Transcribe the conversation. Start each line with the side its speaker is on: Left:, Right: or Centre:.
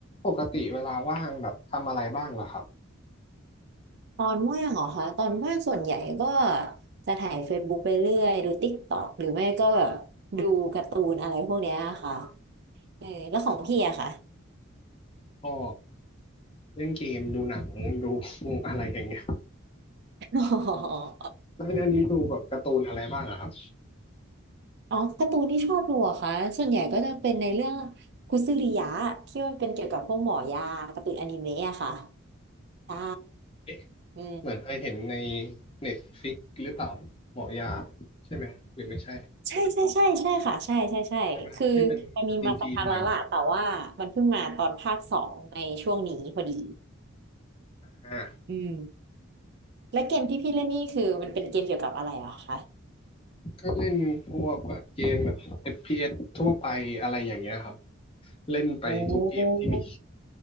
Left: ปกติเวลาว่างแบบทำอะไรบ้างล่ะครับ
Right: ตอนว่างเหรอคะตอนว่างส่วนใหญ่ก็จะถ่ายเฟซบุ๊กไปเรื่อยดู t กต็อกหรือไม่ก็แบบดูการ์ตูนอะไรพวกเนี้ยค่ะเออแล้วของพี่อะค่ะ
Left: ก็เล่นเกมดูหนังดูอะไรอย่างเงี้ย
Right: <laughs> อ๋อ
Left: แล้วอันนี้ดูแบบการ์ตูนอะไรบ้างอะครับ
Right: อ๋อการ์ตูนที่ชอบดูอะค่ะส่วนใหญ่ก็จะเป็นในเรื่องคุซึริยะที่มันเป็นเกี่ยวกับพวกหมอยาการ์ตูนอนิเมะอะค่ะใช่
Left: เอ๊ะ
Right: อืม
Left: เหมือนเคยเห็นในเน็ตฟิกหรือเปล่าหมอยาใช่ไหมหรือไม่ใช่
Right: ใช่ใช่ใช่ใช่ค่ะใช่ใช่ใช่คือมันมีมาสักพักแล้วล่ะแต่ว่ามันเพิ่งมาตอนภาคสองในช่วงนี้พอดี
Left: ใช่ไหมที่เป็นจีนๆหน่อยอ่า
Right: อืม และเกมที่พี่เล่นนี่คือมันเป็นเกมเกี่ยวกับอะไรอะคะ
Left: ก็เล่นพวกแบบเกมแบบเอฟพีเอสทั่วไปอะไรอย่างเงี้ยครับเล่นไปทุกเกมที่มี
Right: โอ้